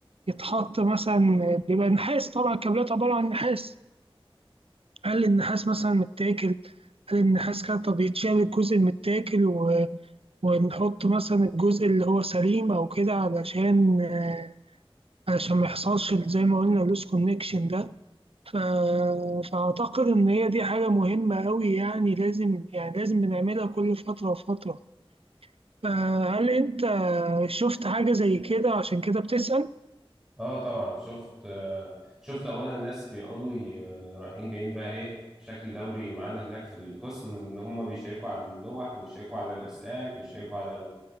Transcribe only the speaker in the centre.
اه طبعا شفت آه شفت اولا الناس بيقعدوا ي- رايحين جايين بقى ايه بشكل دوري معانا هناك في القسم ان هم بيشيكوا على اللوح ويشيكوا على الاسلاك ويشيكوا على